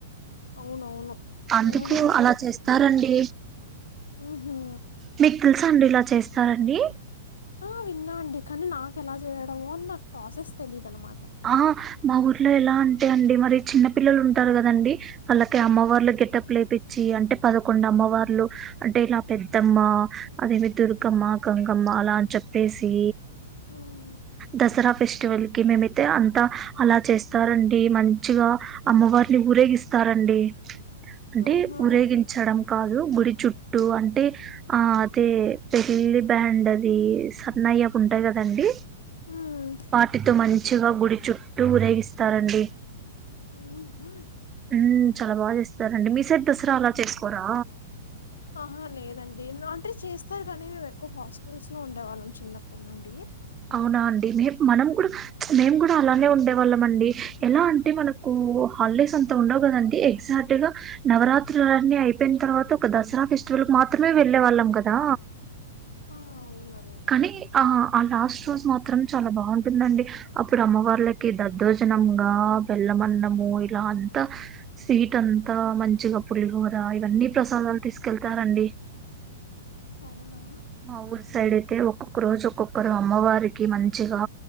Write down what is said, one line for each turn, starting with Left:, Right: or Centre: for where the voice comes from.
Left: అవునవును
Right: అందుకు
Left: నేను విన్నా
Right: అలా చేస్తారండి
Left: ఆ హా
Right: మీకు తెలుసా అండి ఇలా చేస్తారండి
Left: ఆ విన్నాండి కానీ నాకు ఎలా చేయడమో అని నాకు ప్రాసెస్ తెలియదు అనమాట
Right: ఆ మా ఊర్లో ఎలా అంటే అండి మరి చిన్న పిల్లలు ఉంటారు కదండి వాళ్ళకి అమ్మవార్లు గెటప్ లేపిచ్చి అంటే పదకొండు అమ్మవార్లు అంటే ఇలా పెద్దమ్మ, అదేవి దుర్గమ్మ, గంగమ్మ అలా అని చెప్పేసి
Left: హ్మ్
Right: దసరా ఫెస్టివల్ కి మే మే అంతా అలా చేస్తారండి మంచిగా అమ్మవారిని ఊరేగిస్తారండి అంటే
Left: ఆహా!
Right: ఊరేగించడం కాదు గుడి చుట్టూ అంటే ఆ అదే పెళ్ళి బ్యాండ్ అది సన్నయ్యాకు ఉంటాయి కదండి
Left: హ్మ్.
Right: వాటితో మంచిగా గుడి చుట్టూ ఊరేగిస్తారండి
Left: అవునా
Right: ఉ చాలా బాగా చేస్తారండి మీ సైడ్ దసరా అలా చేసుకోరా
Left: ఆహా లేదండి అంటే చేస్తారు కానీ మేము ఎక్కువ హాస్టల్స్ లో ఉండేవాళ్ళం చిన్నప్పటి నుండి
Right: అవునా అండి మే మనం
Left: సో
Right: కూడా ప్చ్ మేము కూడా అలానే ఉండే వాళ్ళం అండి ఎలా అంటే మనకు కూ హాలిడేస్ అంత ఉండవు కదండి ఎగ్జాక్ట్ గా నవరాత్రుల అన్నీ అయిపోయిన తర్వాత ఒక దసరా ఫెస్టివల్ మాత్రమే వెళ్ళే వాళ్ళం కదా
Left: ఆ అవున్నదే
Right: కానీ ఆ ఆ లాస్ట్ రోజు మాత్రం చాలా బాగుంటుందండి అప్పుడు అమ్మవళ్లకి దద్దోజనంగా బెల్లమన్నము ఇలా అంతా స్వీట్ అంతా మంచిగా పులిహోర ఇవన్నీ ప్రసాదాలు తీసుకెళ్తారండి
Left: అవునా
Right: మా ఊరు సైడ్ అయితే ఒక్కొక్క రోజు ఒక్కొక్కరు అమ్మవారికి మంచిగా